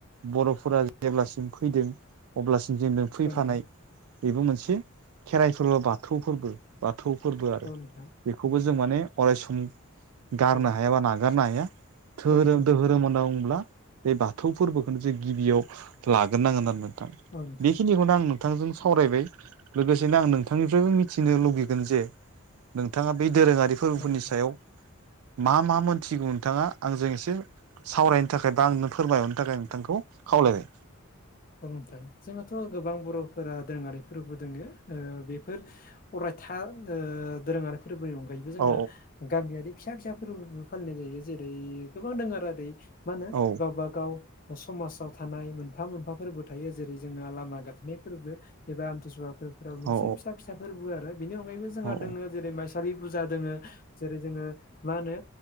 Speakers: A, on the right (about 80°); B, on the left (about 40°).
A: बर'फोरा जेब्लासिम फैदों अब्लासिम जों न फैफानाय
B: औ नोंथां
A: बेबो मोनसे खेराइ फोरबो बाथौ फोरबो बाथौ फोरबो आरो
B: औ नोंथां
A: बेखौबो
B: औ नोंथां
A: जों माने अराय सम गारनो
B: औ
A: हाया बा नागारनो हाया धोरोम
B: नोंथां
A: दोरोम होनना बुङोब्ला बे बाथौ फोरबोखौनो जों गिबियाव लाग्रोनांगोन आरो नोंथां
B: औ नोंथां
A: बेखिनिखौनो आं नोंथांजों सावरायबाय लोगोसेनो आं नोंथांनि फ्रायबो मिथिनो लुुबैगोन जे नोंथाङा बै दोरोङारि फोरबोफोरनि
B: औ
A: सायाव मा मा मोनथिगौ नोंथाङा आंजों एसे सावरायनो थाखाय बा आंनो फोरमायहरनो थाखाय नोंथांखौ खावलायबाय
B: औ फोरुमथों जोंहाथ' गोबां बर'फोरा दोङारिफोरबो दोङो बेफोर अरायथा ओ दोरोङारिफोर फरबोनि अनगायै जोंङो
A: औ
B: गामियारि फिसा फिसा फोरबोबो फालिनाय जायो जेरै गोबां दङ आरो ओरै मा होनो
A: औ
B: गावब गाव समाज आव थानाय मोनफा मोनफा फोरबो थायो जेरै जोङो लामा गाथोननायफोरबो एबा आमथिसुवाफोरफोराव मोनसे
A: औ
B: फिसा फिसाफोरबो आरो बेनि अनायैबो जोंहा
A: औ
B: दङो जेरै मा फसाालि फुजा दोङो जेरै जोङो मा होनो